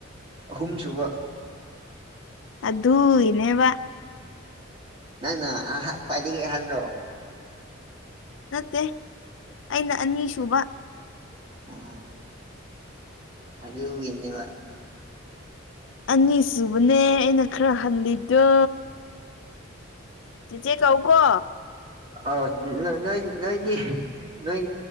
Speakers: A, on the right; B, on the left.
A: ꯑꯍꯨꯝꯁꯨꯨꯕ
B: ꯑꯗꯨꯏꯅꯦꯕ
A: ꯑꯍ ꯅꯪ ꯑꯍꯟ ꯈ꯭ꯋꯥꯏꯗꯒꯤ ꯑꯍꯟꯔꯣ
B: ꯅꯠꯇꯦ ꯑꯩꯅ ꯑꯅꯤꯁꯨꯕ
A: ꯑꯥ ꯑꯗꯨꯒꯤꯅꯦꯕꯥ
B: ꯑꯅꯤ ꯁꯨꯕꯅꯦ ꯑꯩꯅ ꯈꯔ ꯍꯜꯂꯤꯗꯣ ꯆꯤꯆꯦ ꯀꯧ ꯀꯣ
A: ꯑꯥꯎ ꯅꯣꯏ ꯅꯣꯏꯗꯤ ꯅꯣꯏ